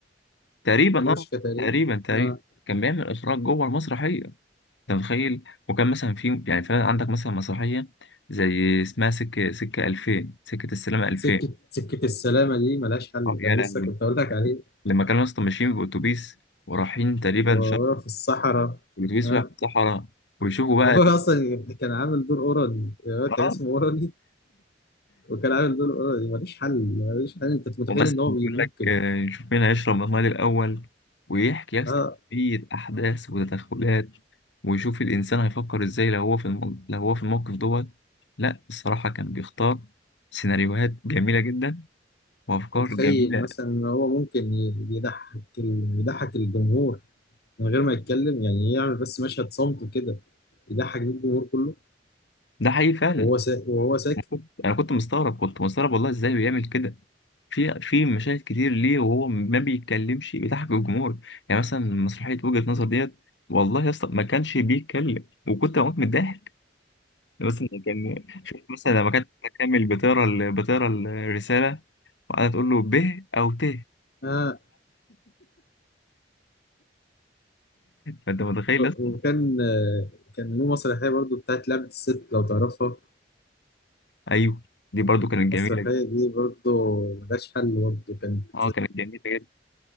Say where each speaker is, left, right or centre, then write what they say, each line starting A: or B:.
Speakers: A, on the left; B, on the left.
A: تقريبا
B: أنوشكا
A: اه
B: تقريبا
A: تقريبا تقريبا
B: آه.
A: كان بيعمل إخراج جوه المسرحية انت متخيل وكان مثلا في يعني فعلا عندك مثلا مسرحيه زي اسمها سكه سكه 2000 سكه السلامه 2000
B: سكة سكة السلامة دي ملهاش حل
A: اه يا
B: كان
A: لهوي
B: لسه كنت أقول لك عليه
A: لما كانوا اصلا ماشيين باوتوبيس ورايحين تقريبا
B: وهو
A: شرق
B: في الصحراء
A: الاتوبيس
B: آه.
A: رايح في الصحراء ويشوفوا
B: وهو
A: بقى
B: أصلا كان عامل دور أورالي آه،
A: اه
B: كان اسمه أورالي وكان عامل دور أورالي ملوش حل ملوش حل أنت متخيل
A: ومثلا
B: إن هو
A: بيقول
B: بي- ممكن
A: لك آه، نشوف مين هيشرب المال الاول ويحكي يا اسطى
B: آه
A: كمية احداث وتدخلات ويشوف الانسان هيفكر ازاي لو هو في المو... لو هو في الموقف دوت لا الصراحه كان بيختار سيناريوهات جميله جدا وافكار
B: متخيل
A: جميله
B: مثلا إن هو ممكن ي- يضحك ال- يضحك الجمهور من غير ما يتكلم يعني يعمل بس مشهد صمت كده يضحك بيه الجمهور كله
A: ده حقيقي فعلا
B: وهو سا... وهو ساكت
A: أنا كنت أنا كنت مستغرب كنت مستغرب والله ازاي بيعمل كده في في مشاهد كتير ليه وهو ما بيتكلمش بيضحك الجمهور يعني مثلا مسرحية وجهة نظر ديت والله يا اسطى ما كانش بيتكلم وكنت بموت من الضحك مثلا كان شوف مثلا لما كانت كامل بتقرا ال- بتقرا الرسالة وقعدت تقول له ب أو ت
B: آه.
A: فأنت متخيل يا اسطى
B: وكان آه، كان له مسرحية برضو بتاعت لعبة الست لو تعرفها
A: أيوه دي برضو كانت
B: المسرحية
A: جميلة جدا
B: دي برضو ملهاش حل برضو كانت
A: أه كانت جميلة جدا